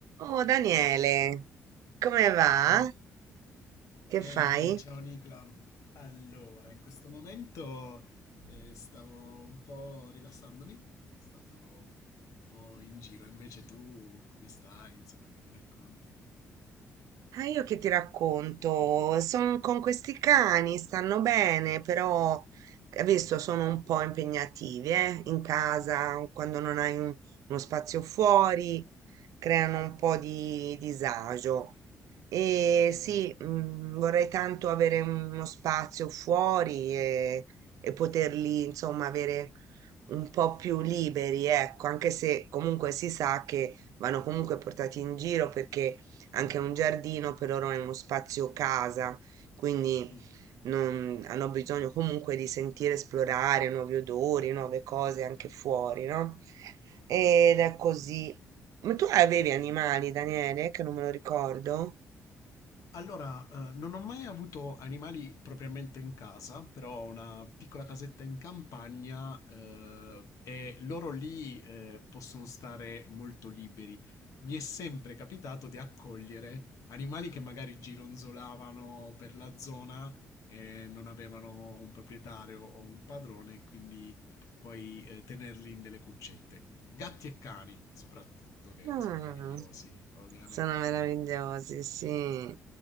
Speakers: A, on the right; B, on the left.
A: Oh Daniele, come va?
B: Ciao, Ni-
A: Che
B: bene,
A: fai?
B: bene, ciao Nicla. Allora, in questo momento eh, stavo un po' rilassandomi, ero stato un po' in giro, invece tu come stai? Insomma, che mi racconti?
A: Ah, io che ti racconto? Sono con questi cani, stanno bene, però adesso sono un po' impegnativi, eh? In casa, quando non hai un- uno spazio fuori, creano un po' di disagio. E sì,
B: Ah,
A: mm, vorrei tanto avere uno spazio fuori e, e poterli, insomma, avere un po' più liberi, ecco, anche se comunque si sa che vanno comunque portati in giro perché anche
B: sì,
A: un giardino, per loro è uno spazio casa, quindi
B: sì,
A: non- hanno bisogno comunque di sentire, esplorare nuovi odori, nuove cose anche fuori, no? Ed è così. Ma tu avevi
B: ok.
A: animali, Daniele, che non me lo ricordo?
B: Allora, eh, non ho mai avuto animali propriamente in casa, però ho una piccola casetta in campagna, eh, e loro lì, eh, possono stare molto liberi. Mi è sempre capitato di accogliere animali che magari gironzolavano per la zona e non avevano un proprietario o un padrone, quindi poi, eh, tenerli in delle cuccette. Gatti e cani, soprattutto, che
A: Ah,
B: sono meravigliosi, ovviamente,
A: sono meravigliosi,
B: come...
A: sì.
B: Sì.